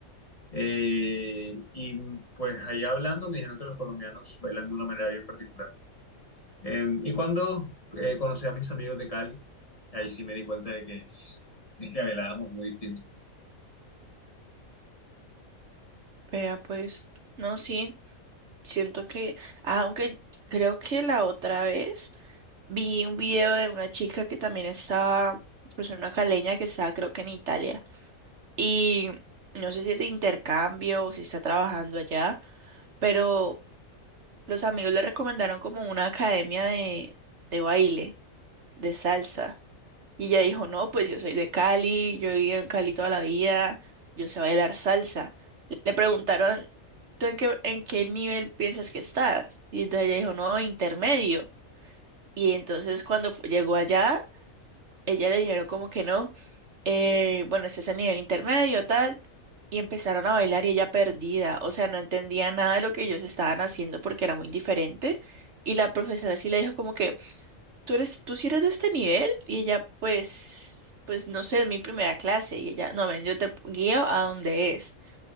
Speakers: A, on the left; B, on the right.
A: eh, y pues ahí hablando me dijeron que los colombianos bailan de una manera bien particular. Eh, y cuando eh, conocí a mis amigos de Cali, ahí sí me di cuenta de que Es que velábamos muy distintos.
B: Vea, pues. No, sí. Siento que. ah, aunque creo que la otra vez vi un video de una chica que también estaba. Pues una caleña que estaba, creo que en Italia. Y no sé si es de intercambio o si está trabajando allá. Pero los amigos le recomendaron como una academia de, de baile. de salsa. Y ella dijo, no, pues yo soy de Cali, yo he vivido en Cali toda la vida, yo sé bailar salsa. Le preguntaron, ¿tú en qué, en qué nivel piensas que estás? Y entonces ella dijo, no, intermedio. Y entonces cuando fu- llegó allá, ella le dijeron como que no, eh, bueno, este es el nivel intermedio, tal. Y empezaron a bailar y ella perdida, o sea, no entendía nada de lo que ellos estaban haciendo porque era muy diferente. Y la profesora sí le dijo como que, tú eres, tú sí eres de este nivel y ella pues, pues no sé, es mi primera clase y ella, no, ven, yo te guío a donde es.